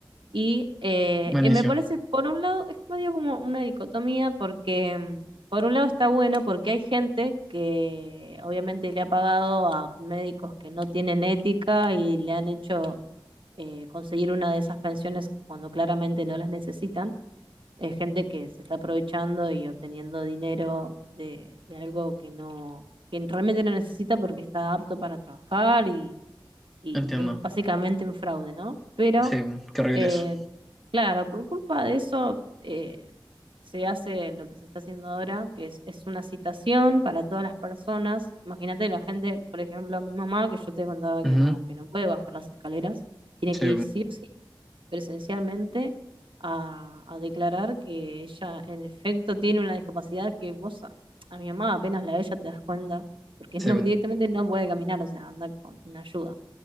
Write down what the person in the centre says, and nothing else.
Buenísimo,
entiendo.
Sí, qué horrible
eso.
Ujú,
Sí,
sí.